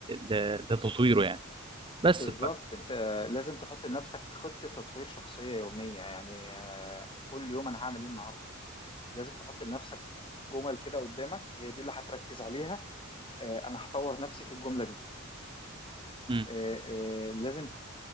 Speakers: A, on the right; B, on the left.
A: ل- لتطويره يعني بس
B: بالظبط
A: ف...
B: انت لازم تحط لنفسك خطة تطوير شخصية يومية يعني آه، كل يوم انا هعمل ايه النهاردة لازم تحط لنفسك جمل كده قدامك هي دي اللي هتركز عليها آه، انا هطور نفسي في الجملة دي
A: م-
B: آه، آه، لازم